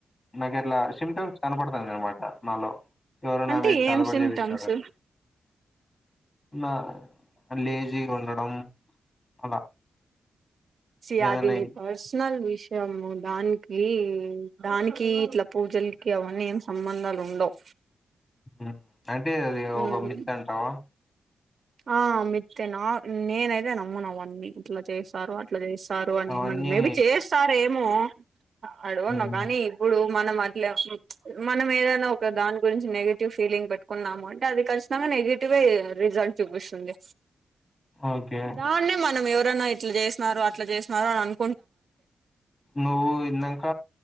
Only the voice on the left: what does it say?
నాక అట్లా సిమ్టమ్స్ కనపడతాంది అనమాట నాలో ఎవరన్న
వోయి చాతబడి
చేపిచినారా అని నా లేజి గా వుండడం అలా
ఏదన్నా
మ్ అంటే అది
ఒక మిత్ అంటావా
అవన్నీ
ఉమ్,
ఓకే
నువ్వు ఇందాంక